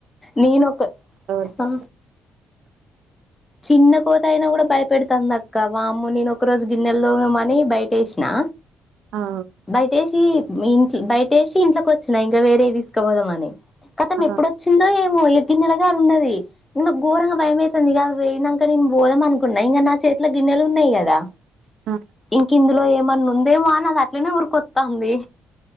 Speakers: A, on the left; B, on the right.
A: నేను ఒక
B: <unintelligible>
A: ఆ చిన్న కోతి అయినా కూడా భయపెడుతాంది అక్క వామ్మో నేను ఒక రోజు గిన్నెల్దోమమని బయటేసినా
B: ఔ
A: బయటేషి ఇన్కి బయటేషి ఇంట్లోకొచ్చినా ఇంకా వేరే తీసుకపోదామని ఖతం
B: ఆ
A: ఎప్పుడొచ్చు చిందో ఏమో ఎ గ్గిన్నెలకాడున్నది ఇంకా ఘోరంగా భయమైతుందిగా అది పోయినంక నేను బోదం అనుకున్నా ఇంకగ నా చేతిలో గిన్నెలున్నాయి కదా
B: ఆ
A: ఇంకిందులో ఏమన్నా ఉందేమో అని అది అట్లనే ఉరికొత్తాంది